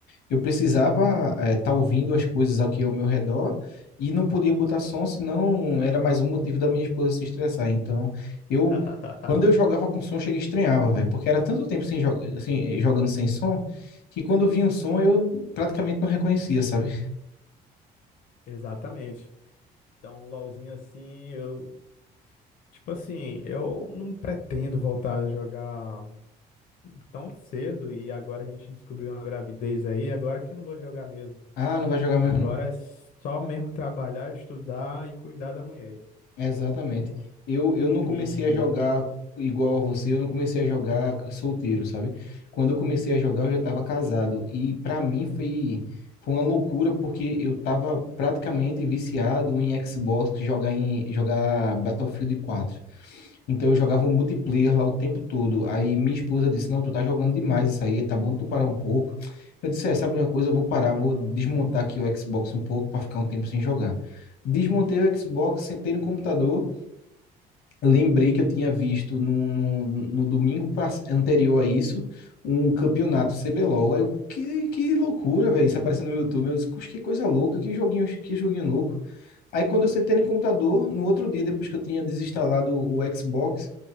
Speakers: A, on the left; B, on the left.
A: eu precisava estar ouvindo as coisas aqui ao meu redor e não podia botar som, senão era mais um motivo da minha esposa se estressar. Então, eu
B: <laughs>
A: quando eu jogava com som, chega e estranhava, velho, porque era tanto tempo sem, jo sem eh, jogando sem som que quando vinha um som eu praticamente não reconhecia, sabe?
B: Exatamente. Então, um LOLzinho assim, eu Tipo assim, eu não pretendo voltar a jogar tão cedo e agora a gente descobriu uma gravidez aí, agora que eu não vou jogar mesmo.
A: Ah, não vai jogar mesmo
B: Agora é só mesmo trabalhar, estudar e cuidar da mulher.
A: Exatamente.
B: amor.
A: Eu, eu não
B: E
A: comecei a jogar igual a você, eu não comecei a jogar solteiro, sabe? Quando eu comecei a jogar, eu já estava casado. E para mim foi, foi uma loucura, porque eu estava praticamente viciado em Xbox, jogar em jogar Battlefield quatro Então eu jogava o multiplayer lá o tempo todo. Aí minha esposa disse: Não, tu tá jogando demais isso aí, tá bom tu parar um pouco. Eu disse: É, sabe de uma coisa, eu vou parar, vou desmontar aqui o Xbox um pouco para ficar um tempo sem jogar. Desmontei o Xbox, sentei no computador lembrei que eu tinha visto no, no, no domingo pass- anterior a isso um campeonato CBLOL. Aí eu, que, que loucura, velho. Isso apareceu no YouTube. Eu disse, "Puxa, que coisa louca, que joguinho, que joguinho louco. Aí quando eu sentei no computador, no outro dia, depois que eu tinha desinstalado o Xbox,